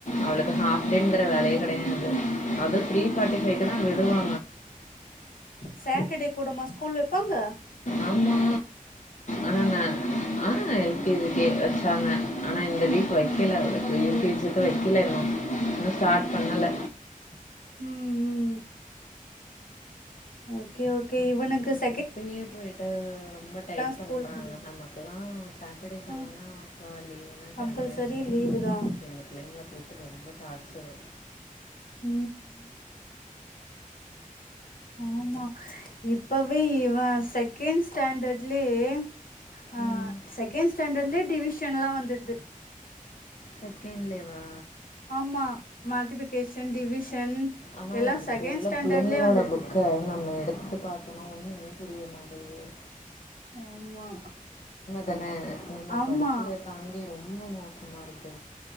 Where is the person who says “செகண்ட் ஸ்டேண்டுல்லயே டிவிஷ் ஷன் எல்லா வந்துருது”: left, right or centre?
Left